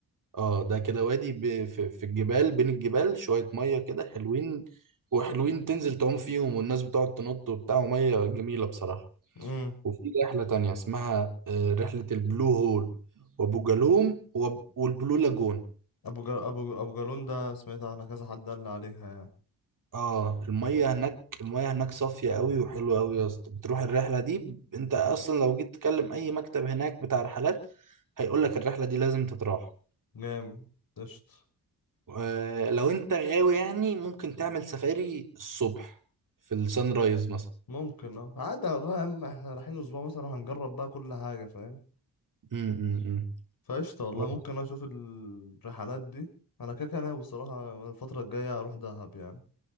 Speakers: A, on the right; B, on the left.
A: اه ده كده وادي ب... في... في الجبال بين الجبال شوية مية كده حلوين وحلوين تنزل تعوم فيهم والناس بتقعد تنط وبتاع ومية جميلة بصراحة
B: امم
A: وفي رحلة تانية اسمها آه، رحلة البلو هول وابو جالوم وب... والبلو لاجون
B: ابو جا... ابو ابو جالون ده سمعت عنها كذا حد قال لي عليها يعني
A: اه المية هناك المية هناك صافية قوي وحلوة قوي يا اسطى بتروح الرحلة دي ب- انت اصلا لو جيت تكلم اي مكتب هناك بتاع رحلات هيقول لك الرحلة دي لازم تتراح
B: جامد قشطة
A: آه لو انت غاوي يعني ممكن تعمل سفاري الصبح في السان رايز مثلا
B: ممكن اه عادي انا فاهم احنا رايحين اسبوع مثلا هنجرب بقى كل حاجة فاهم
A: امم
B: فقشطة والله
A: بس
B: ممكن اشوف الرحلات دي انا كده كده ناوي الصراحة الفترة الجاية اروح دهب يعني